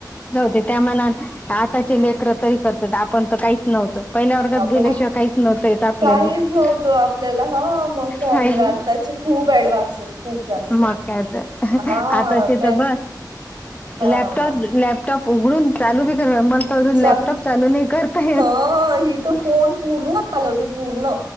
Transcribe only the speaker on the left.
जाऊदे त्या मानानं आताची लेकरं तरी करत्यात, आपण तर काहीच नव्हतो. पहिल्या वर्गात
गेल्याशिवाय
काहीच नव्हतं येत आपल्याले
तर,
हाय
की.
मग काय तर,
आताचे
तर बस
लॅपटॉप, लॅपटॉप उघडून चालू बी करुन. तला अजून
लॅपटॉप चालू नाही करता येत.